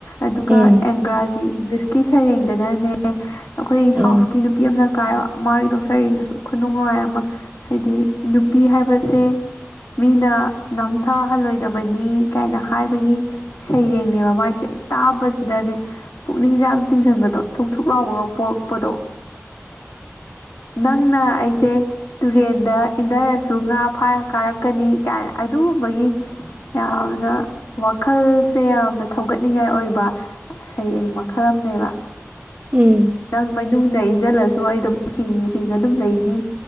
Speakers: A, on the left (about 75°); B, on the right (about 30°).
A: ꯑꯗꯨꯒ
B: ꯎꯝ
A: ꯑꯦꯡꯒ꯭ꯔꯥꯖꯤ ꯏꯪꯂꯤꯁꯀꯤ ꯁꯩꯔꯦꯡꯗꯅꯅꯦ ꯑꯩꯈꯣꯏ
B: ꯎꯝ
A: ꯍꯥꯎꯁꯀꯤ ꯅꯨꯄꯤ ꯑꯃꯅ꯫ ꯀꯥꯏꯕ ꯃꯥꯒꯤꯗꯣ ꯁꯩꯔꯦꯡꯗꯨꯁꯨ ꯈꯨꯅꯨꯡꯉꯥꯏ ꯑꯃ ꯍꯥꯏꯗꯤ ꯅꯨꯄꯤ ꯍꯥꯏꯕꯁꯦ꯫ ꯃꯤꯅ ꯅꯝꯊꯍꯜꯂꯣꯏꯗꯕꯅꯤ ꯀꯥꯏꯅ ꯍꯥꯏꯕꯒꯤ ꯁꯩꯔꯦꯡꯅꯦꯕ ꯃꯥꯏꯁꯦ꯫ ꯇꯥꯕꯁꯤꯗꯅꯦ ꯄꯨꯛꯅꯤꯡꯁꯦ ꯌꯥꯝ ꯆꯤꯡꯁꯤꯟꯕꯗꯣ ꯊꯨꯛ-ꯊꯨꯛ ꯂꯥꯎꯕꯒ ꯄꯣꯛꯄꯗꯣ꯫ ꯅꯪꯅ ꯑꯩꯁꯦ ꯇꯨꯔꯦꯟꯗ ꯏꯟꯊꯔꯁꯨ ꯉꯥ ꯐꯥꯔꯛ꯫ ꯀꯥꯔꯛꯀꯅꯤ ꯀꯥꯏꯅ ꯑꯗꯨꯒꯨꯝꯕꯒꯤ꯫ ꯌꯥꯝꯅ ꯋꯥꯈꯜꯁꯦ ꯌꯥꯝꯅ ꯊꯧꯒꯠꯅꯤꯡꯉꯥꯏ ꯑꯣꯏꯕ꯫ ꯁꯩꯔꯦꯡ ꯃꯈꯜ ꯑꯃꯅꯦꯕ
B: ꯎꯝ
A: ꯅꯪ ꯃꯩꯅꯨꯡ꯫ ꯗ ꯏꯟꯁꯤꯜꯂꯁꯨ ꯑꯩ ꯑꯗꯨꯝ ꯍꯤꯡ-ꯍꯤꯡꯉ ꯑꯗꯨꯝ ꯂꯩꯅꯤ